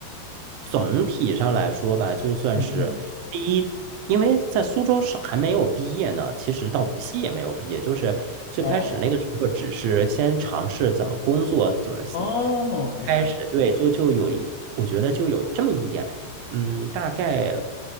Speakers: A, on the right; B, on the left.
A: 总体上来说吧，就算是第一。
B: 嗯嗯，
A: 因为在苏州是还没有毕业呢，其实到无锡也没有毕业，就是最开始那个时候只是先尝试怎么工作，
B: 哦
A: 怎么
B: 哦，原来
A: 开始对，就就有一，我觉得就有这么一点，嗯，大概